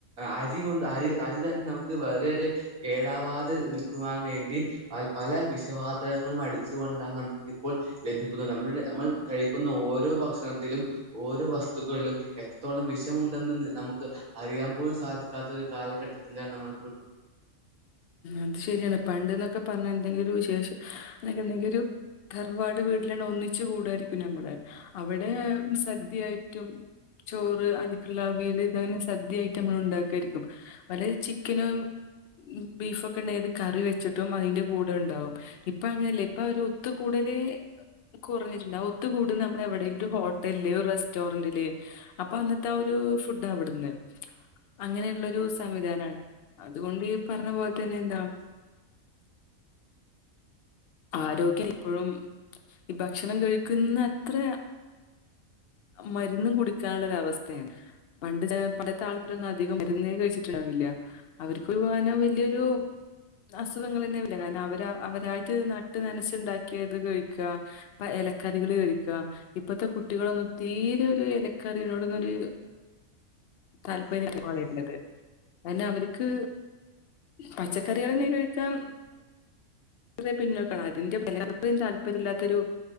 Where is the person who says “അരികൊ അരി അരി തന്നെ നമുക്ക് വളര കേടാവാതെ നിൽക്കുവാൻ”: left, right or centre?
Right